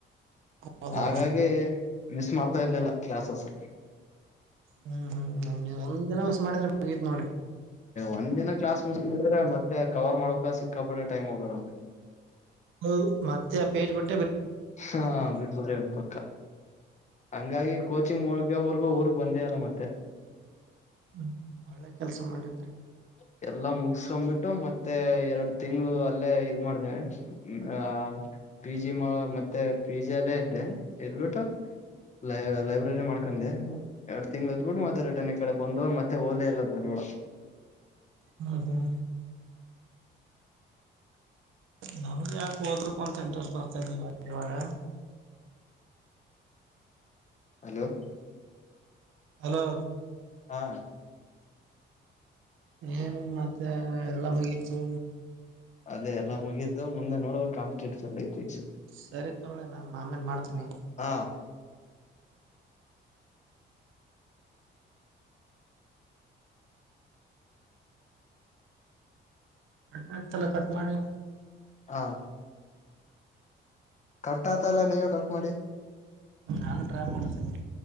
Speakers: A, on the right; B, on the left.
A: ಹೌದಾ
B: ಹಾಗಾಗಿ ಮಿಸ್ ಮಾಡ್ತಾರ್ಲಿಲ್ಲ ಕ್ಲಾಸಸ್
A: ಹ್ಮ್ ಹ್ಮ್ ಒಂದು ದಿನ ಮಿಸ್ ಮಾಡಿದ್ರ ಮುಗತ್ ನೋಡಿ
B: ಒಂದ್ ದಿನ ಕ್ಲಾಸ್ ಮಿಸ್ ಮಾಡಿದ್ರೆ ಮತ್ತೆ ಕವರ್ ಮಾಡ್ಬೇಕ ಸಿಕ್ಕಾ ಬಿ್ರೆ ಟೈಮ್ ಹೋಗೋಣ ಅವಿಗೆ
A: ಅವು ಮತ್ತೆ ಪೇಜ್ ಬಿಟ್ಟ
B: ಹಾ ಬಿಟ್ಟ ಬರಬೇಕು ಕ----ಹಂಗಾಗಿ ಕೋಚಿಂಗ್ ಮುಳಗ್ಯವರ್ಗೂ ಊರ್ಕ್ ಬಂದೇ ಅಲ್ಲ ಮತ್ತೆ
A: ಹ್ಮ್ ಒಳ್ಳೆ ಕೆಲ್ಸ ಮಾಡಿದ್ರರಿ
B: <inaudible> ಎಲ್ಲಾ ಮುಗಸ್ಕೊಂಡ್ಬಿಟ್ಟು ಮತ್ತೆ ಎರಡು ತಿಂಗಳು ಅಲ್ಲೇ ಇದ ಮಾಡ್ದೇವೆ ಹಾ ಪಿ ಜಿ ಮಾಡ ಮತ್ತೆ ಪಿ ಜಿ ಅಲ್ಲೇ ಇದ್ದೆ ಇದದ್ಬಿಟ್ಟು ಲ ಲೈಬ್ರರಿ ಮಾಡಕ ಹಾಕಂದೆ ಎರಡ್ ತಿಂಗ್ ಇದದ್ಬಿಟ್ಟು ಮಾತಾಡಿಟ್ಟನ್ ಈ ಕಡೆ ಬಂದೋ ಮತ್ತೆ ಓಲೆ ಎಲ್ಲ ದಾರವಾಡ
A: ಹ್ಮ ಹ್ಮ ನನ್ಗೆ ಯಾಕೆ ಹೋದ್ರಕ್ ಒಂತ ಇಂಟ್ರೆಸ್ಟ್ ಬರ್ತಾದೆ ಇವಾಗ ಇವಾಗ
B: ಹಲೋ
A: ಹಲೋ
B: ಹಾ
A: ಏನ್ ಮತ್ತೆ ಎಲ್ಲ ಮಗತು
B: ಅದೇ ಎಲ್ಲ ಮುಗೀತು ಮುಂದೆ ನೋಡುವ ಕಮ್ಟೆಟೀವ್ ಪಿಯುಸಿ
A: ಸರಿ ತೊಳೆ ನಾ ಆಮೇಲೆ ಮಾಡ್ತೀನಿ
B: ಹ
A: ಕಟ್ ಆಗ್ತಲ್ಲ ಕಟ್ ಮಾಡಿ
B: ಹಾ ಕಟ್ ಆತಲ್ಲ ನೀವೇ ಕಟ್ ಮಾಡಿ
A: ನಾನು ಟ್ರೈ ಮಾಡತೇನೆ